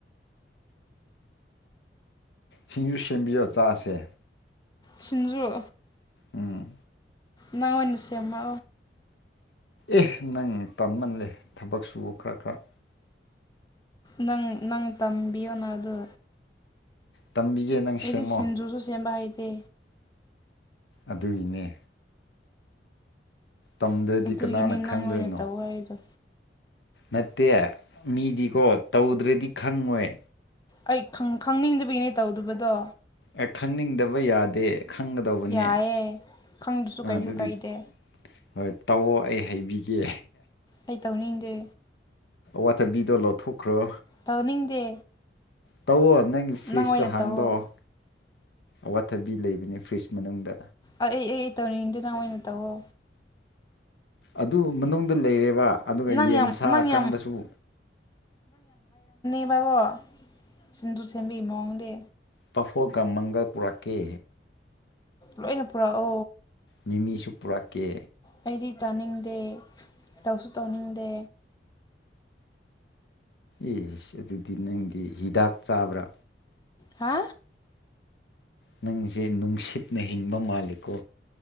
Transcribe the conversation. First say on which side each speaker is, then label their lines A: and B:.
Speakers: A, on the left (about 80°); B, on the left (about 25°).
A: ꯁꯤꯡꯖꯨ ꯁꯦꯝꯕꯤꯌꯣ ꯆꯥꯁꯦ
B: ꯁꯤꯁꯤꯡꯟꯖꯨ
A: ꯎꯝ
B: ꯅꯪ ꯋꯥꯅꯁꯃ
A: ꯑꯦ ꯅꯪ ꯇꯥꯟꯃꯜꯂꯦ ꯊꯕꯛ ꯁꯨꯕ ꯈꯔ ꯈꯔ
B: ꯅꯪ ꯅꯪ ꯇꯝꯕꯤꯌꯣꯅ ꯑꯗꯨ
A: ꯇꯝꯕꯤꯒꯦ ꯅꯪ ꯁꯦꯝꯃꯣ
B: ꯑꯩꯗꯤ ꯁꯤꯡꯖꯨꯁꯨ ꯁꯦꯝꯕ ꯍꯥꯏꯩꯗꯦ
A: ꯑꯗꯨꯒꯤꯅꯦ ꯇꯝꯗ꯭ꯔꯗꯤ
B: ꯑꯗꯨꯒꯤꯅꯤ
A: ꯀꯅꯥꯅ
B: ꯅꯪ
A: ꯈꯪꯗꯣꯏꯅꯣ
B: ꯑꯣꯏꯅ ꯇꯧ ꯍꯥꯏꯗꯣ
A: ꯅꯠꯇꯦ ꯃꯤꯗꯤꯀꯣ ꯇꯧꯗ꯭ꯔꯗꯤ ꯈꯪꯉꯣꯏ
B: ꯑꯩ ꯈꯪꯅꯤꯡꯗꯕꯤꯒꯤꯅꯦ ꯇꯧꯗꯕꯗꯣ
A: ꯑꯦ ꯈꯪꯅꯤꯡꯗꯕ ꯌꯥꯗꯦ ꯈꯪꯒꯗꯧꯕꯅꯦ
B: ꯌꯥꯏꯌꯦ ꯈꯪꯗ꯭ꯔꯁꯨ ꯀꯩꯁꯨ
A: ꯑꯗꯨꯗꯤ
B: ꯀꯥꯏꯗꯦ
A: ꯍꯣꯏ ꯇꯧꯑꯣ ꯑꯩ ꯍꯥꯏꯩꯕꯤꯒꯦ
B: ꯑꯩ ꯇꯧꯅꯤꯡꯗꯦ
A: ꯋꯥꯇꯔ ꯕꯤꯗꯜꯥꯎ ꯊꯣꯛꯈ꯭ꯔꯣ
B: ꯇꯧꯅꯤꯡꯗꯦ
A: ꯇꯧꯑꯣ ꯅꯪꯒꯤ ꯐ꯭ꯔꯤꯖꯇꯣ
B: ꯅꯪ ꯑꯣꯏꯅ
A: ꯍꯥꯡꯗꯣꯛꯑꯣ
B: ꯇꯧꯑꯣ
A: ꯑꯋꯥꯠꯊꯕꯤ ꯂꯩꯕꯅꯤ ꯐ꯭ꯔꯤꯖ ꯃꯅꯨꯡꯗ
B: ꯑꯩ ꯑꯩ ꯑꯩ ꯑꯩ ꯇꯧꯅꯤꯡꯉꯗꯦ ꯅꯪ ꯑꯣꯏꯅ ꯇꯧꯋꯣ
A: ꯑꯗꯨ ꯃꯅꯨꯡꯗ ꯂꯩꯔꯦꯕ ꯑꯗꯨꯒ
B: ꯅꯪ
A: ꯌꯦꯟ
B: ꯌꯥꯝ
A: ꯁꯥ
B: ꯅꯪ
A: ꯀꯥꯡꯪꯕꯁꯨ
B: ꯌꯥꯝ ꯊꯕꯀꯣ ꯁꯤꯟꯗꯨ ꯁꯦꯝꯦꯝꯕꯤ ꯃꯑꯣꯡꯗꯦ
A: ꯄꯐꯣꯛꯒ ꯃꯪꯒꯜ ꯄꯨꯔꯛꯀꯦ
B: ꯂꯣꯏꯅ ꯄꯨꯔꯥ ꯑ
A: ꯃꯤꯃꯤꯁꯨ ꯄꯨꯔꯛꯀꯦ
B: ꯑꯩꯗꯤ ꯆꯥꯅꯤꯡꯗꯦ ꯇꯧꯁꯨ ꯇꯧꯅꯤꯡꯗꯦ
A: ꯑꯦꯁ ꯑꯗꯨꯗꯤ ꯅꯪꯗꯤ ꯍꯤꯗꯥꯛ ꯆꯥꯕ꯭ꯔꯥ
B: ꯍꯥ
A: ꯅꯪꯁꯦ ꯅꯨꯡꯁꯤꯠꯅ ꯍꯤꯡꯕ ꯃꯥꯜꯂꯤꯀꯣ